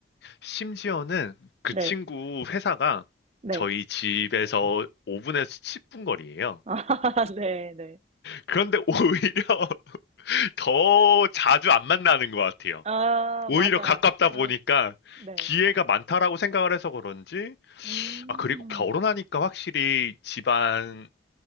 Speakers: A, on the left; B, on the right.
A: 심지어는 그
B: 네.
A: 친구 회사가
B: 네.
A: 저희 집에서 5분에서 10분 거리예요.
B: <laughs> 아, 네, 네.
A: 그런데 오히려 <laughs> 더 자주 안 만나는 것 같아요.
B: 아,
A: 오히려
B: 맞아요.
A: 가깝다
B: 아,
A: 보니까
B: 네.
A: 기회가 많다라고 생각을 해서 그런지,
B: 음.
A: 아, 그리고 결혼하니까 확실히 집안,